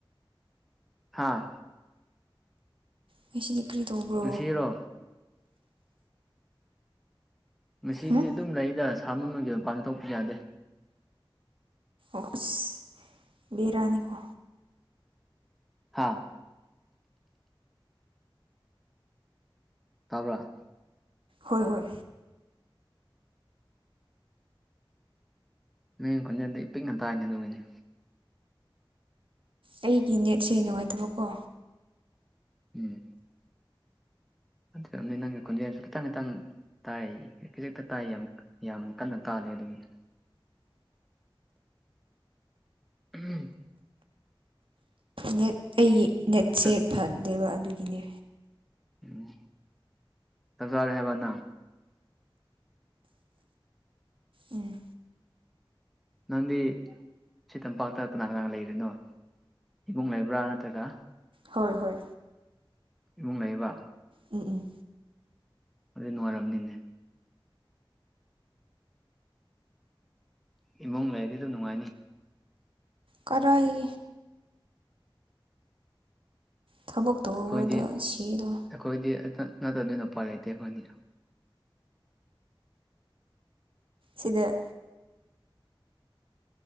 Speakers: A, in the centre; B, on the right.
A: ꯍꯥꯥ
B: ꯉꯁꯤꯗꯤ ꯀꯔꯤ ꯇꯧꯕ꯭ꯔꯣ
A: ꯉꯁꯤꯔꯣ ꯃꯁꯤꯗꯤ
B: ꯍꯨꯝ
A: ꯑꯗꯨꯝ ꯂꯩꯗ ꯁꯥꯃꯝꯃꯒꯤ ꯃꯄꯥꯟ ꯊꯣꯛꯄꯁꯨ ꯌꯥꯗꯦ
B: ꯑꯁ ꯕꯤꯔꯅꯤꯀꯣ
A: ꯍꯥꯥ ꯇꯥꯕꯔ
B: ꯍꯣꯏ ꯍꯣꯏ
A: ꯅꯪꯒꯤ ꯈꯣꯟꯖꯦꯜꯗ ꯄꯤꯛꯅ ꯇꯥꯏꯅꯦ ꯑꯗꯨꯒꯤꯅꯤ
B: ꯑꯩꯒꯤ ꯅꯦꯠꯁꯦ ꯅꯨꯡꯉꯥꯏꯇꯕꯀꯣ
A: ꯎꯝ ꯑꯗꯨꯅꯤ ꯅꯪꯒꯤ ꯈꯣꯟꯖꯦꯜꯁꯨ ꯈꯤꯇꯪ ꯈꯤꯇꯪ ꯇꯥꯏ ꯈꯖꯤꯛꯇ ꯇꯥꯏ ꯌꯥꯝ ꯌꯥꯝ ꯀꯟꯅ ꯇꯥꯜꯂꯤꯦ ꯑꯗꯨꯒꯤꯅ ꯎꯝ
B: ꯅꯦꯠ ꯑꯩꯒꯤ ꯅꯦꯠꯁꯦ
A: ꯆꯥꯛ
B: ꯐꯗꯦꯕ ꯑꯗꯨꯒꯤꯅꯦ
A: ꯎꯝ ꯇꯀꯔ ꯍꯕ ꯅ
B: ꯎꯝ
A: ꯅꯪꯗꯤ ꯁꯤꯇꯝꯄꯥꯛꯇ ꯀꯅꯥ ꯀꯅꯥ ꯂꯩꯔꯤꯅꯣ ꯏꯃꯨꯡ ꯂꯩꯕ꯭ꯔꯥ ꯅꯠꯇ꯭ꯔꯒ
B: ꯍꯣꯏ ꯍꯣꯏ
A: ꯕꯨꯡ ꯂꯩꯕ
B: ꯎꯝ ꯎꯝ
A: ꯑꯗꯨ ꯅꯨꯡꯉꯥꯏꯔꯝꯅꯤꯅꯦ ꯏꯃꯨꯡ ꯂꯩꯔꯗꯤ ꯑꯗꯨꯝ ꯅꯨꯡꯉꯥꯏꯅꯤ
B: ꯀꯔꯥꯏ ꯊꯕꯛ ꯇꯧꯗꯗ
A: ꯑꯩꯈꯣꯏꯗꯤ
B: ꯁꯤꯗꯣ
A: ꯑꯩꯈꯣꯏꯗꯤ ꯅꯠꯇꯕꯅꯤꯅ ꯎꯄꯥꯏ ꯂꯩꯇꯦ ꯑꯩꯈꯣꯏꯗꯤ
B: ꯁꯤꯗ